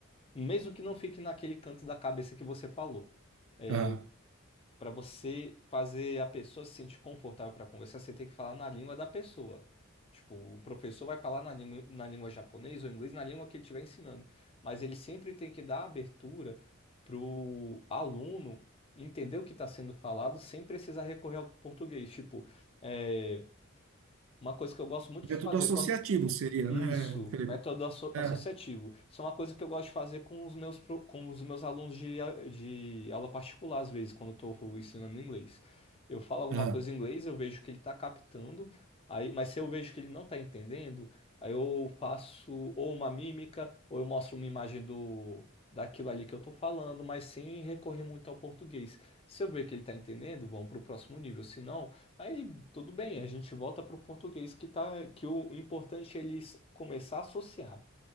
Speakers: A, on the left; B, on the right.
A: mesmo que não fique naquele canto da cabeça que você falou. eh,
B: Ah,
A: para você fazer a pessoa se sentir confortável para conversar, você tem que falar na língua da pessoa. Tipo, o professor vai falar na língua, na língua japonês ou inglês, na língua que ele estiver ensinando. Mas ele sempre tem que dar abertura para o aluno entender o que está sendo falado sem precisar recorrer ao português. Tipo, é, uma coisa que eu gosto muito de
B: é tudo
A: fazer.
B: associativo,
A: quando
B: seria,
A: isso,
B: né, Felipe?
A: método asso-
B: É.
A: associativo. Isso é uma coisa que eu gosto de fazer com os meus, pro- com os meus alunos de, a- de aula particular, às vezes, quando eu estou ensinando inglês. Eu falo alguma
B: Ah,
A: coisa em inglês, eu vejo que ele está captando, aí, mas se eu vejo que ele não está entendendo, aí eu faço ou uma mímica, ou eu mostro uma imagem do, daquilo ali que eu estou falando, mas sem recorrer muito ao português. Se eu ver que ele está entendendo, vamos para o próximo nível. Se não, Aí, tudo bem, a gente volta para o português que tá, que o importante é eles começar a associar.